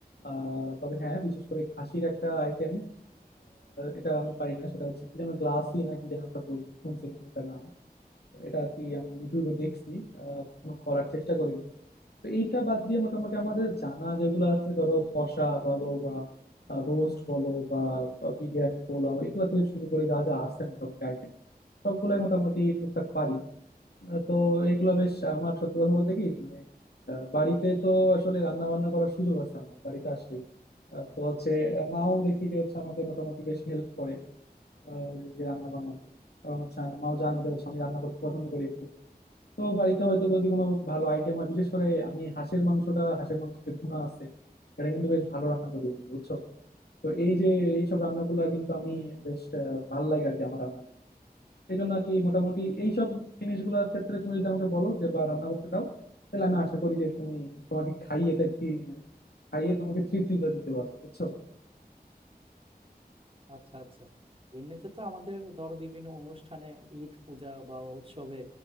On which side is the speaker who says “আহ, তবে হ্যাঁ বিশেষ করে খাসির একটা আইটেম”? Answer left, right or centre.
Left